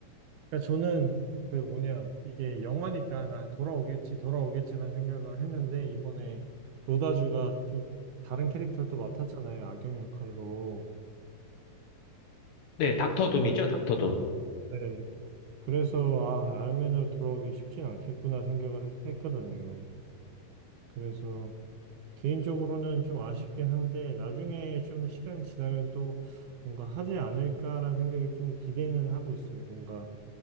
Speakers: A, on the right; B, on the left.
A: 그러니까 저는 그 뭐냐 이게 영화니까 아, 돌아오겠지 돌아오겠지라는 생각을 했는데 이번에 로다주가 좀 다른 캐릭터를 또 맡았잖아요 악역 역할로
B: 네, 닥터 둠이죠,
A: 그래서
B: 닥터 둠.
A: 네 그래서 아 알맨으로 돌아오기 쉽진 않겠구나 생각을 했- 했거든요 그래서 개인적으로는 좀 아쉽긴 한데 나중에 좀 시간이 지나면 또 뭔가 하지 않을까라는 생각이 좀 기대는 하고 있어요 뭔가